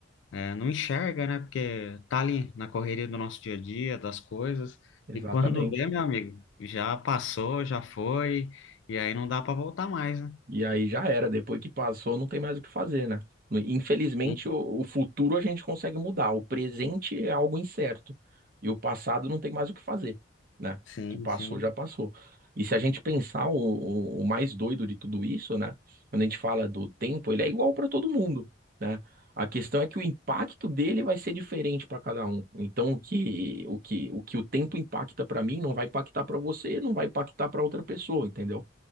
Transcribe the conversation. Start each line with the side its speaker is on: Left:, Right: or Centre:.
Left: é, não enxerga, né? Porque tá ali na correria do nosso dia a dia, das coisas. E
Right: Exatamente.
Left: quando vê, meu amigo, já passou, já foi, e aí não dá para voltar mais, né?
Right: E aí já era, depois que passou, não tem mais o que fazer, né? Infelizmente,
Left: Sim,
Right: o, o futuro a gente consegue mudar, o presente é algo incerto. E o passado não tem mais o que fazer, né?
Left: sim.
Right: O que passou,
Left: sim.
Right: já passou. E se a gente pensar o, o, o mais doido de tudo isso, né? Quando a gente fala do tempo, ele é igual para todo mundo, né? A questão é que o impacto dele vai ser diferente para cada um. Então, o que o que o que o tempo impacta para mim não vai impactar para você, não vai impactar para outra pessoa, entendeu?